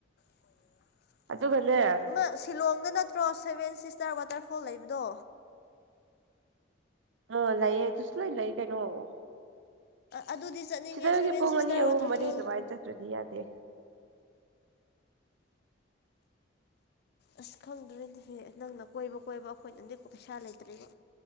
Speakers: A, on the left; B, on the right.
A: ꯑꯣꯏꯣꯏ
B: ꯑꯗꯨꯒꯅꯦ
A: ꯑꯃ ꯁꯤꯂꯣꯡꯗ ꯅꯠꯇ꯭ꯔꯣ ꯁꯚꯦꯟ ꯁꯤꯁꯇꯔ ꯋꯥꯇꯔꯐꯣꯜ ꯂꯩꯕꯗꯣ
B: ꯎ ꯂꯩꯌꯦ ꯇꯁꯨ ꯂꯣꯏ ꯀꯅ ꯑꯣ
A: ꯑꯗꯨꯗꯤ ꯆꯠꯅꯤꯡꯉꯦ
B: ꯁꯤꯗꯒꯤ
A: ꯁꯚꯦꯟ
B: ꯄꯨꯡ
A: ꯁꯤꯁꯇꯔ
B: ꯑꯅꯤ ꯑꯍꯨꯝ
A: ꯋꯥꯇꯔꯐꯣꯜ
B: ꯃꯔꯤ ꯑꯗꯨꯃꯥꯏꯅ ꯆꯠꯇ꯭ꯔꯗꯤ ꯌꯥꯗꯦ
A: ꯑꯁ ꯈꯪꯗ꯭ꯔꯗꯤꯍꯦ ꯅꯪꯅ ꯀꯣꯏꯕ ꯀꯣꯏꯕ ꯑꯩꯈꯣꯏꯅ ꯑꯦꯛꯄ ꯄꯩꯁꯥ ꯂꯩꯇ꯭ꯦꯔꯤꯕ